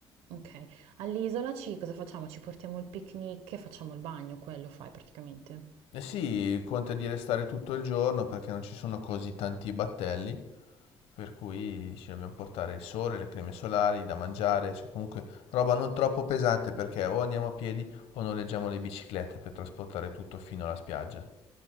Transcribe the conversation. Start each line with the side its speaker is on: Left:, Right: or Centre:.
Right: Okay. All'isola ci cosa facciamo? Ci portiamo il picnic e facciamo il bagno, quello fai praticamente.
Left: E sì, conta di restare tutto il giorno perché non ci sono così tanti battelli, per cui ci dobbiamo portare il sole, le creme solari, da mangiare, cioè comunque roba non troppo pesante perché o andiamo a piedi o noleggiamo le biciclette per trasportare tutto fino alla spiaggia.